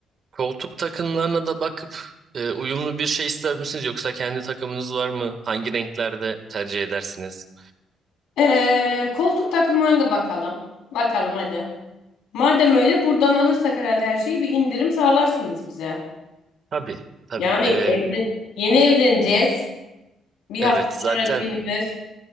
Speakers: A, on the right; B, on the left.
A: Koltuk takımlarına da bakıp e, uyumlu bir şey ister misiniz yoksa kendi takımınız var mı? Hangi renklerde tercih edersiniz?
B: E, koltuk takımlarına da bakalım. Bakalım hadi. Madem öyle buradan alırsak herhalde her şeyi bir indirim sağlarsınız bize.
A: Tabii, tabii.
B: Yani
A: E,
B: evlen yeni evleneceğiz. Bir
A: evet,
B: hafta
A: zaten
B: sonra düğünümüz.